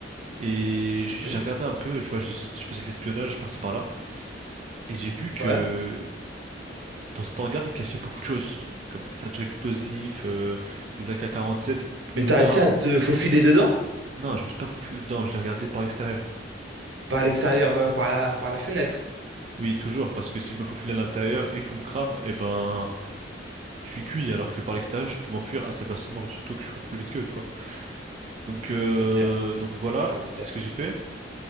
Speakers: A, on the right; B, on the right.
A: Et j-
B: Hmm.
A: j'ai regardé un peu, je vois, j- je faisais de l'espionnage par-ci par-là, et j'ai vu que
B: Ouais.
A: dans cet hangar, il cachait beaucoup de choses, comme des ceintures explosives, euh, des ak quarante-sept, beaucoup
B: Mais t'as
A: d'armes.
B: réussi à te faufiler dedans?
A: Non, je me suis pas faufilé dedans, j'ai regardé par l'extérieur.
B: Par l'extérieur, euh, par la, par la fenêtre.
A: Oui, toujours, parce que si je me faufile à l'intérieur et qu'on me crame, eh ben, je suis cuit, alors que par l'extérieur, je peux m'enfuir assez facilement, surtout que je cours plus vite qu'eux, tu vois. Donc, euh,
B: Ok.
A: donc voilà,
B: Martin Mystère.
A: c'est ce que j'ai fait.